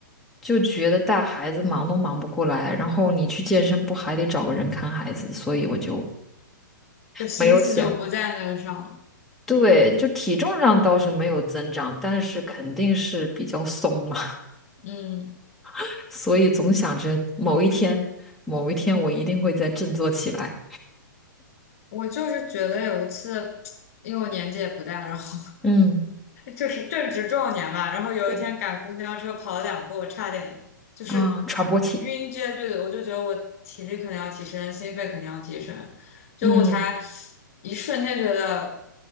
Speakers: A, in the centre; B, on the left.
A: 就觉得带孩子忙都忙不过来，然后你去健身不还得找个人看孩子，所以我就
B: 就心思就不在那个上了。
A: <laughs> 没有想。对，就体重上倒是没有增长，但是肯定是比较松嘛，
B: 嗯，
A: <laughs> 所以总想着某一天，某一天我一定会再振作起来。
B: 我就是觉得有一次，因为我年纪也不大，然后
A: 嗯
B: 就是正值壮年吧，然后有一天赶公交车跑了两步，
A: 嗯
B: 我差点就是
A: 啊，喘不过气。
B: 晕厥，对的，我就觉得我体力肯定要提升，心肺肯定要提升，就我才
A: 嗯嗯，
B: 一瞬间觉得